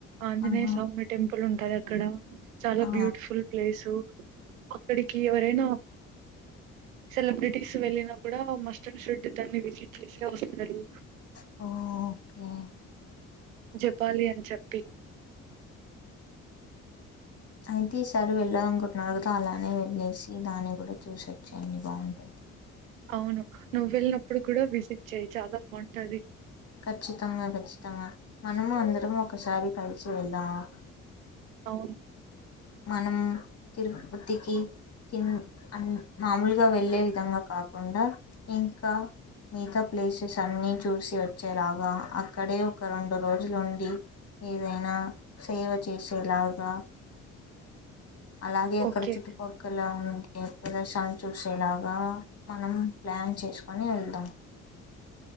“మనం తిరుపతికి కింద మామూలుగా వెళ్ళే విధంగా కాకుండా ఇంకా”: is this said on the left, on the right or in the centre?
Left